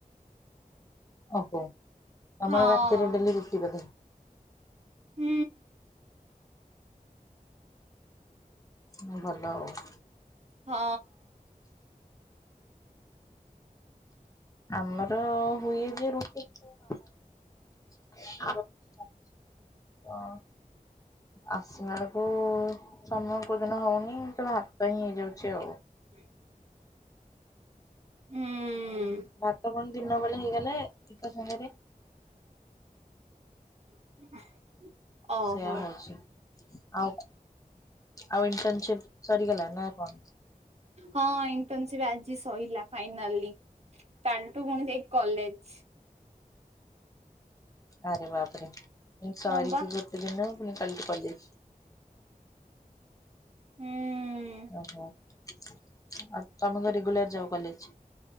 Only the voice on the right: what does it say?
ହଁ
ହୁଁ।
ହଁ।
<inaudible> ହୁଁ।
<unintelligible> ଓହୋ
ହଁ ଇଣ୍ଟର୍ନସିପ୍ ଆଜି ସଇଲା ଫାଇନାଲି। କାଲିଠୁ ଫୁଣି ସେଇ କଲେଜ୍।
ହଁ ବା
ହୁଁ।